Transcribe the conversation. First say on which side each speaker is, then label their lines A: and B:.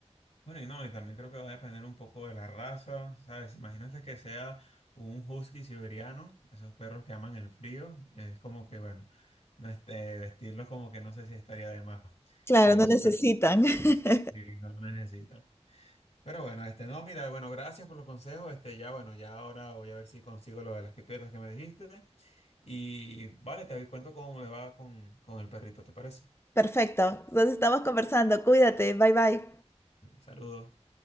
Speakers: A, on the left (about 65°); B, on the left (about 20°).
A: Bueno, y no, y también creo que va a depender un poco de la raza, ¿sabes? Imagínate que sea un husky siberiano, esos perros que aman el frío, es como que, bueno, no este, vestirlos como que no sé si estaría de más,
B: Claro,
A: porque
B: no
A: su
B: necesitan.
A: perro
B: <laughs>
A: sí no lo necesita. Pero bueno, este, no, mira, bueno, gracias por los consejos, este, ya, bueno, ya ahora voy a ver si consigo lo de las pipetas que me dijiste, y vale, te cuento cómo me va con, con el perrito, ¿te parece?
B: Perfecto, entonces estamos conversando. Cuídate, bye bye.
A: Saludos.